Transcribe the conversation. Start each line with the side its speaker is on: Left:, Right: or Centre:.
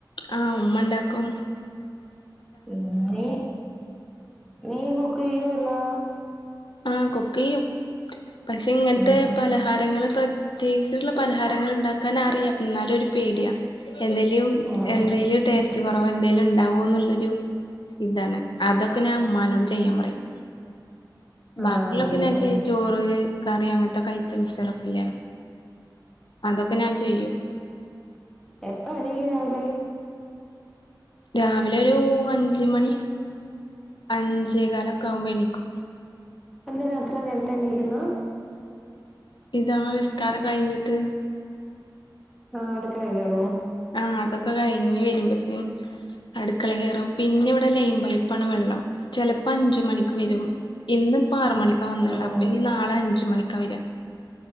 Left: ആഹ് ഉമ്മ ഇണ്ടാക്കും.
Centre: മ് നീ നീ കുക്ക് ചെയ്യുവോ <unintelligible>
Left: ആഹ് കുക്ക് ചെയ്യും, പക്ഷേ ഇങ്ങനത്തെ
Centre: ഉം ഉം
Left: പലഹ ഹാരങ്ങല് പ്രത്യേകിച്ചുള്ള പലഹാരങ്ങൾ ഇണ്ടാക്കാൻ അറിയാം എന്നാലും ഒരു പേടിയ, എന്തേലും
Centre: ആഹ്
Left: എന്തെലും ടേസ് റ്റ് കൊറവ് എന്തേലും ഉണ്ടാവോന്നുള്ളൊരു ഇതാണ് അതൊക്കെ ഞാൻ ഉമ്മാനോട് ചെയ്യാൻ പറയും. ബാക്കിയുള്ളൊക്കെ
Centre: ആഹ് നീ
Left: ഞാൻ
Centre: ഉം
Left: ചെയ് ചോറ് കറി അങ്ങനത്തൊക്കെ ഐറ്റംസളൊക്കെ ഇല്ലേ. അതൊക്കെ ഞാൻ ചെയ്യും.
Centre: എപ്പോ എണീക്കും രാവിലെ.
Left: രാവിലെ ഒരു അഞ്ച് മണി അഞ്ചേ കാലൊക്കെ ആകുമ്പോ എണീക്കും.
Centre: എന്തിന അത്രയും നേരത്തെ എണീക്കുന്നത്
Left: ഇതാ നിസ്കാരം കഴിഞ്ഞിട്ട്
Centre: ആ അടുക്കളേ കേറുവോ
Left: ആഹ് അതൊക്കെ കയിഞ് വരുമ്പത്തേനും- അടുക്കളേ കേറും പിന്നെ ഇവിടെ ലൈൻ പൈപ്പാണ് വെള്ളം ചെലപ്പോ അഞ്ച് മണിക്ക് വരും ഇന്ന് ഇപ്പ ആറ് മണിക്കാ വന്നെ
Centre: ആഹ്
Left: വെള്ളം അപ്പൊ ഇനി നാളെ അഞ്ച് മണിക്കാ വര്ക